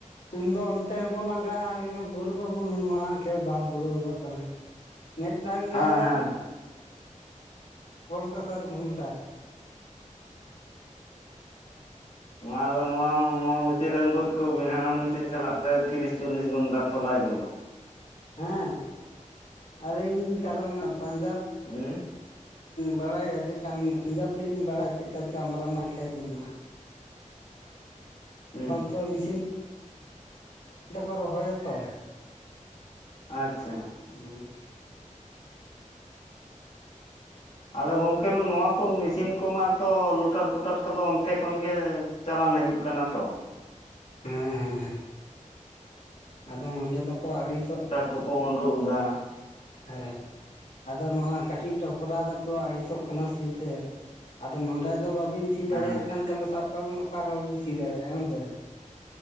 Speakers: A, on the left; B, on the left.
A: ᱩᱱᱫᱚ ᱚᱱᱛᱮ ᱦᱚᱸᱠᱚ ᱞᱟᱸᱜᱟᱜᱼᱟ ᱫᱩᱨ ᱵᱟᱹᱵᱩ ᱱᱩᱱ ᱢᱟᱨᱟᱝ ᱠᱷᱮᱛ ᱵᱟᱝ ᱯᱩᱨᱟᱹᱣ ᱦᱚᱫᱚᱜ ᱠᱟᱱᱟ᱾
B: <unintelligible>
A: ᱢᱮᱫᱴᱟᱝ ᱜᱮ
B: ᱦᱮᱸ ᱦᱮᱸ
A: ᱪᱷᱚ ᱥᱟᱛ ᱜᱷᱚᱱᱴᱟ᱾
B: ᱱᱚᱣᱟ ᱫᱚ ᱱᱚᱣᱟ ᱱᱚᱣᱟ ᱢᱩ᱾ <inaudible> ᱜᱚᱫ ᱠᱚ ᱵᱤᱱ ᱦᱟᱱᱟ ᱢᱩᱪᱟᱹᱫ ᱪᱟᱞᱟᱜ ᱛᱮ ᱛᱤᱨᱤᱥ ᱪᱚᱞᱞᱤᱥ ᱜᱚᱱᱰᱟ ᱛᱚᱞᱟᱭ ᱡᱚᱢᱟ᱾
A: ᱦᱮᱸ ᱟᱹᱞᱤᱧ ᱠᱟᱨᱚᱱ ᱯᱟᱸᱡᱟᱵ᱾
B: ᱦᱩᱸ
A: ᱵᱟᱲᱟᱭᱟ ᱪᱮᱫᱠᱟᱱ ᱯᱟᱱᱡᱟᱵᱽ ᱫᱚᱞᱤᱧ ᱵᱟᱲᱟᱭᱟ ᱪᱮᱫ ᱠᱟ ᱪᱮᱫ ᱠᱟ ᱢᱟᱨᱟᱝ ᱢᱟᱨᱟᱝ ᱠᱷᱮᱛ ᱢᱮᱱᱟᱜᱼᱟ᱾
B: <unintelligible> ᱦᱩᱸ
A: ᱚᱱᱛᱮ ᱢᱮᱥᱤᱱ ᱫᱚᱠᱚ ᱨᱚᱦᱚᱭ ᱟᱛᱚ᱾
B: ᱟᱪᱪᱷᱟ
A: ᱦᱩᱸ
B: ᱟᱫᱚ ᱜᱚᱢᱠᱮ ᱱᱚᱣᱟ ᱠᱚ ᱢᱮᱥᱤᱱ ᱠᱚᱢᱟ ᱛᱚ ᱞᱩᱴᱟᱨ ᱯᱩᱴᱟᱨ ᱠᱚᱫᱚ ᱚᱱᱛᱮ ᱠᱷᱚᱱᱜᱮ᱾ ᱪᱟᱞᱟᱱ ᱦᱤᱡᱩᱜ ᱠᱟᱱᱟ ᱛᱚ᱾
A: ᱦᱮᱸ ᱦᱮᱸ ᱟᱫᱚ ᱱᱚᱰᱮ ᱫᱚᱠᱚ ᱟᱹᱲᱤᱥᱚᱜ᱾
B: ᱦᱚᱠᱚ ᱩᱰᱩᱜ ᱫᱟ᱾
A: ᱦᱮᱸ ᱟᱫᱚ ᱱᱚᱣᱟ ᱠᱟᱹᱴᱤᱡ ᱴᱚᱯᱨᱟ ᱫᱚᱠᱚ ᱟᱹᱲᱤᱥᱚᱜ ᱠᱟᱱᱟ ᱥᱤ ᱛᱮ᱾ ᱟᱫᱚ ᱱᱚᱰᱮ ᱫᱚ ᱵᱟᱵᱤᱱ ᱥᱤ ᱫᱟᱲᱮᱭᱟᱜ
B: ᱦᱮᱸ
A: ᱠᱷᱟᱱ ᱛᱟᱦᱚᱞᱮ ᱥᱟᱵ ᱠᱟᱜ ᱵᱤᱱ ᱚᱠᱟᱨᱮᱦᱚᱸ ᱵᱟᱵᱤᱱ ᱥᱤ ᱫᱟᱲᱮᱭᱟᱜᱼᱟ ᱦᱮᱸᱥᱮ᱾